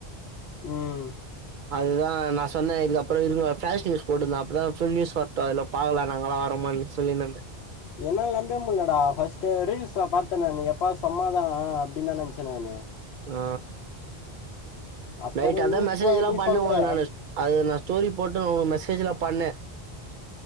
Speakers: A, on the left; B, on the right.
A: உம்
B: அதுதா நா சொன்ன இதுக்கப்றோ இருக்கும் பேஷ் நூஸ் போட்டுந்த அப்பதா ஃபுல் நியூஸ் வர்ட்டோ அதுல பாக்கலா நாங்களா வர மாட்டன் சொல்லினுருந்த
A: என்னால நம்பயே முல்லடா ஃபர்ஸ்ட்டு ரீல்ஸ்ல பாத்த நானு எப்பா சொம்மாதா அப்டின் தா நனைச்சே நானு
B: ஆ
A: அப்புறம்
B: நைட் அதா
A: நீ
B: மெசேஜ்
A: ஃபோ
B: எல்லா
A: நீ
B: பண்ண
A: சொல்கிற
B: உன்ன நானு ஸ்டோரி போட்டு ஒ மெசேஜ்ல பண்ண